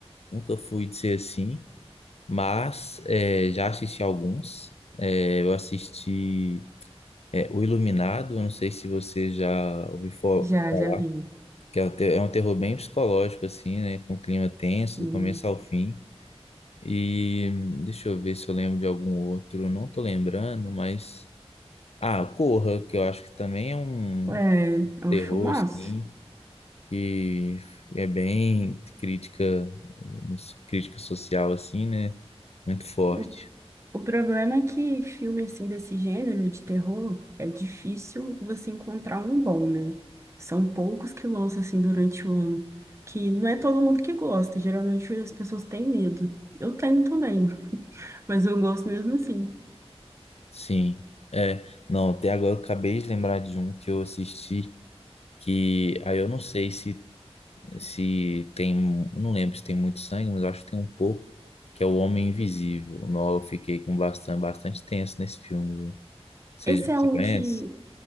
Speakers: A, on the left; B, on the right.
A: Nunca fui de ser assim, mas é, já assisti alguns. É, eu assisti é, O Iluminado, eu não sei se você já ouviu fa-
B: Já,
A: falar,
B: já vi.
A: que é um te- é um terror bem psicológico, assim, né? Com clima tenso,
B: Sim.
A: do começo ao fim. E hum, deixa eu ver se eu lembro de algum outro, não tô lembrando, mas. Ah, Corra, que eu acho que também é um
B: É, é um
A: terror,
B: filmaço.
A: assim, que é bem crítica, um, crítica social, assim, né? Muito forte.
B: O, o problema é que filme assim desse gênero de terror é difícil você encontrar um bom, né? São poucos que lançam assim durante o ano, que não é todo mundo que gosta. Geralmente as pessoas têm medo. Eu tenho também, <laughs> mas eu gosto mesmo assim.
A: Sim. É, não, até agora eu acabei de lembrar de um que eu assisti, que aí eu não sei se, se tem, um- eu não lembro se tem muito sangue, mas eu acho que tem um pouco, que é O Homem Invisível. Não, eu fiquei com bastante, bastante tenso nesse filme, viu? Você,
B: Esse é
A: você
B: um
A: conhece?
B: que,